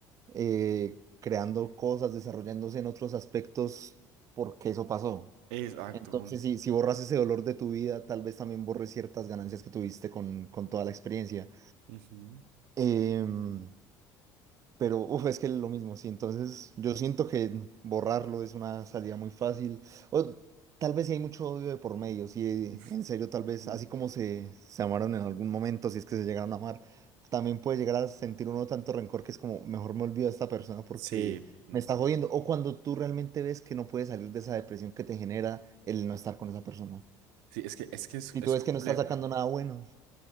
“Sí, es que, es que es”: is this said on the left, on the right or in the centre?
Right